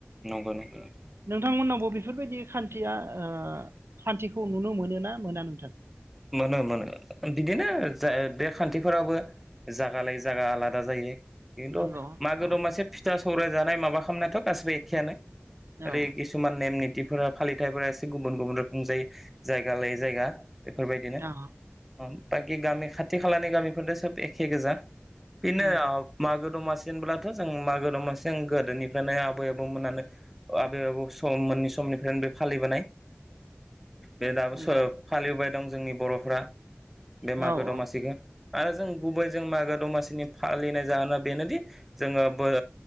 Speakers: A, in the centre; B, on the right (about 70°).
A: नंगौ नोंथां
B: नोंथांमोनावबो बेफोरबायदि खान्थिया ओ खान्थिखौ नुनो मोनो ना मोना नोंथां?
A: मोनो मोनो बिदिनो जा ओ बे खान्थिफोरावबो जायगा लायै जायगा आलादा जायो खिन्थु
B: नंगौ
A: मागो
B: औ
A: दमासे फिथा सौराय जानाय माबा खालामनायाथ' गासिबो एखेयानो
B: औ
A: आरो खिसुमान नेम नि थिफोरा फालिथायफोरा एसे गुबुन गुबुन रोखोम जायै जायगा लायै जायगा बेफोरबायदिनो
B: औ
A: ओम बाखि गामि खाथि खालानि गामिफोरथ' सोब एखे गोजा। बिनो
B: नंगौ
A: अब मागो दमास सिनब्लाथ' जों मागो दमासि जों गोदोनिफ्रायनो आबै आबौमोनानो आबै आबौ सम मोननि सम निफ्राय बे फालिबोनाय। बे दाबो
B: नंगौ
A: सराब फालिवबाय दं जोंनि बर'फ्रा बे
B: औ
A: मागो दमासिखो
B: औ
A: आरो जों गुबै जों मागो दमासिनि फालिनाय जाहोना बेनोदि जोंङो बो-